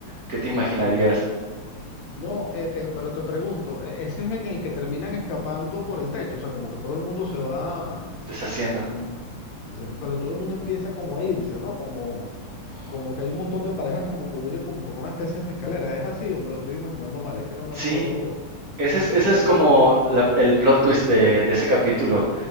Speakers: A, on the right; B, on the left.
A: ¿qué te imaginarías
B: sí. No, eh, te- pero te pregunto, ¿e- ese es el en el que terminan escapando por el techo, o sea, como que todo el mundo se va,
A: deshaciendo?
B: como, o sea, que- pero todo el mundo empieza como a irse, ¿no? Como...
A: Ujú.
B: como que hay un montón de parejas como que huyen como por una especie de escalera. ¿Es así o me lo estoy imaginando mal? Es que no me
A: Sí,
B: acuerdo,
A: ese es,
B: lo
A: ese
B: vi
A: es
B: hace
A: como
B: mucho.
A: la- el plot twist de, de ese capítulo,